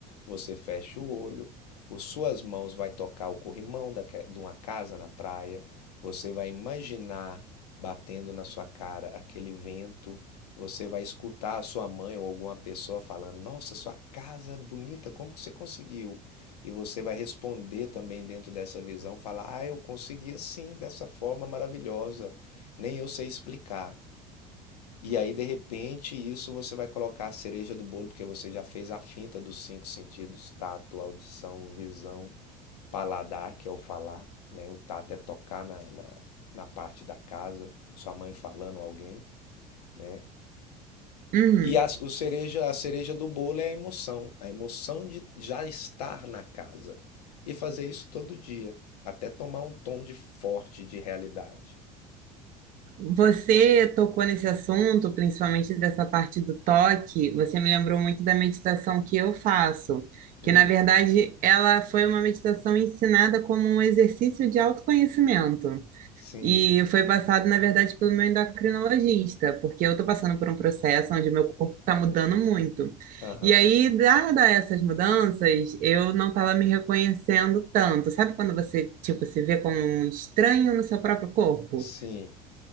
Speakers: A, on the left; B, on the right.
A: Você fecha o olho, as suas mãos vai tocar o corrimão daque- de uma casa na praia, você vai imaginar batendo na sua cara aquele vento você vai escutar a sua mãe ou alguma pessoa falando: Nossa, sua casa é bonita, como que você conseguiu? E você vai responder também dentro dessa visão: falar, Ah, eu consegui assim, dessa forma maravilhosa, nem eu sei explicar. E aí, de repente, isso você vai colocar a cereja do bolo, porque você já fez a finta dos cinco sentidos: tato, audição, visão, paladar, que é o falar, né? O tato é tocar na, na, na parte da casa, sua mãe falando, alguém, né?
B: Uhum.
A: E a, o cereja, a cereja do bolo é a emoção, a emoção de já estar na casa e fazer isso todo dia, até tomar um tom de forte de realidade.
B: Você tocou nesse assunto, principalmente dessa parte do toque, você me lembrou muito da meditação que eu faço,
A: Hum,
B: que na verdade ela foi uma meditação ensinada como um exercício de autoconhecimento.
A: sim,
B: E foi passado, na verdade, pelo meu endocrinologista, porque eu estou passando por um processo onde meu corpo está mudando muito.
A: aham,
B: E aí, dada essas mudanças, eu não estava me reconhecendo tanto. Sabe quando você, tipo, se vê como um estranho no seu próprio corpo?
A: sim.